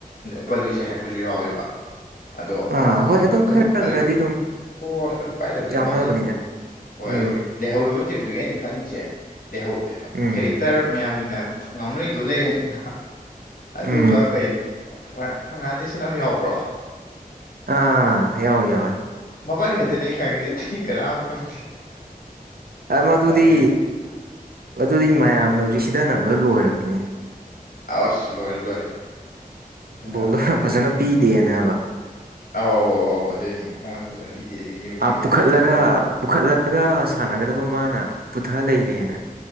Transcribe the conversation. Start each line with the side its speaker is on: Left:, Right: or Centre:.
Left: ꯄꯜꯂꯣꯏꯁꯦ ꯍꯥꯏꯔꯛꯄꯁꯨ ꯌꯥꯎꯋꯦꯕ ꯑꯗꯣ
Right: ꯑꯥ
Left: ꯎꯝ
Right: ꯍꯣꯏ
Left: ꯑꯗꯨꯝ
Right: ꯈꯔ
Left: ꯑꯗꯨꯝ
Right: ꯈꯔꯗꯤ
Left: ꯕꯣꯜꯗ ꯀꯩꯁꯨ ꯀꯥꯏꯗꯕꯗꯤ
Right: ꯌꯥꯎꯅꯕꯅꯤꯗ
Left: ꯃꯥꯜꯂꯤꯗ ꯍꯣꯏ
Right: ꯎꯝ
Left: ꯑꯗꯨ ꯂꯩꯍꯧꯔꯕ ꯇꯤꯝꯗꯨꯒꯤ ꯑꯩꯅ ꯈꯪꯉꯤꯁꯦꯍꯧ
Right: ꯎꯝ
Left: ꯀꯦꯔꯦꯛꯇꯔ ꯃꯌꯥꯝꯒꯤꯅ ꯉꯥꯎꯅꯩꯗꯨ ꯂꯩꯔꯦꯗꯅ ꯑꯗꯨꯒ
Right: ꯎꯝ
Left: ꯀꯩ ꯐꯥꯔꯅꯥꯟꯗꯤꯁꯅ ꯑꯃ ꯌꯥꯎꯕ꯭ꯔꯣ
Right: ꯑꯥ ꯌꯥꯎꯋꯤ ꯌꯥꯎꯋꯤ
Left: ꯃꯕꯥꯅꯤ ꯈꯛꯇꯅꯦ ꯑ ꯈꯪꯉꯤꯁꯤꯗꯤ ꯀꯅꯥ ꯑꯃ ꯈꯪ
Right: ꯑꯃꯗꯨꯗꯤ
Left: ꯑꯗꯒꯤ
Right: ꯑꯗꯨꯗꯤ ꯃꯌꯥꯝꯅ ꯍꯧꯖꯤꯛ ꯁꯤꯗꯅꯕꯗꯨ ꯂꯣꯏꯔꯕꯅꯤ
Left: ꯑꯁ ꯂꯣꯏꯔꯦ ꯂꯣꯏꯔꯦ ꯍꯨꯟꯅꯅꯕꯗ
Right: ꯕꯣꯜꯗꯣ
Left: ꯍꯨꯟꯅꯅꯕꯗ
Right: ꯐꯖꯅ ꯄꯤꯗꯦꯅꯕ
Left: ꯑꯧ ꯑꯧ ꯑꯗꯨꯅꯤ ꯃꯉꯣꯟꯗ ꯐꯖꯅ ꯄꯤꯗꯦ ꯑꯗꯒꯤ ꯃꯣꯏ
Right: ꯄꯨꯈꯠꯂꯒ
Left: ꯇꯤꯝꯅ ꯑꯃꯨꯛ
Right: ꯄꯨꯈꯠꯂꯒ ꯁꯥꯟꯅꯒꯗꯕ ꯃꯥꯅ ꯄꯨꯊ ꯂꯩꯔꯦꯅ